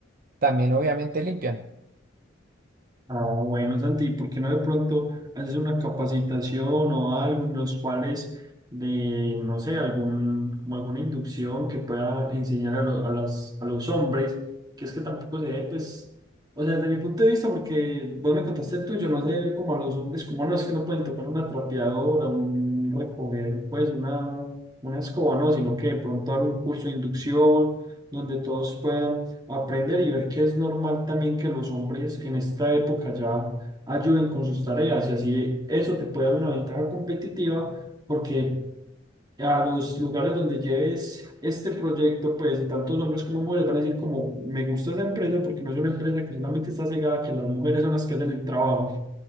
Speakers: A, on the right; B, on the right.
A: también obviamente limpian.
B: Ah, bueno, Santi, ¿por qué no de pronto haces una capacitación o algo en los cuales de, no sé, algún, como alguna inducción que pueda enseñar a, lo- a las, a los hombres? Que es que tampoco se ve, pues, o sea, desde mi punto de vista, porque vos me contaste el tuyo, no sé, como a los hombres, como no es que no pueden tocar una trapeadora, un recoger, pues, una, una escoba, no, sino que de pronto dar un curso de inducción donde todos puedan aprender y ver que es normal también que los hombres en esta época ya ayuden con sus tareas y así eso te puede dar una ventaja competitiva porque a los lugares donde lleves este proyecto, pues, y tantos hombres como mujeres van a decir como, me gusta esa empresa porque no es una empresa que solamente está cegada, que las mujeres son las que hacen el trabajo,